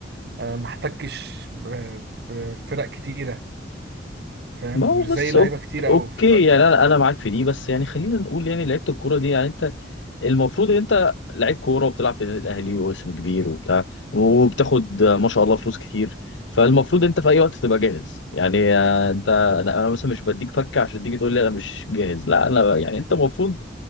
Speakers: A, on the right (about 60°); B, on the left (about 80°).
A: آه، ما احتكش ب- بفرق كتيره فاهم
B: ما هو
A: مش
B: بس
A: زي لعيبه
B: أوك-
A: كتيره
B: اوكي
A: قوي في دلوقتي
B: يعني انا انا معاك في دي بس يعني خلينا نقول يعني لعيبه الكوره دي يعني انت المفروض ان انت لعيب كوره وبتلعب في النادي الاهلي واسم كبير وبتاع وبتاخد آه، ما شاء الله فلوس كتير فالمفروض انت في اي وقت تبقى جاهز يعني آه، انت انا أنا مثلا مش بديك فكه عشان تيجي تقول لي انا مش جاهز لا انا يعني انت المفروض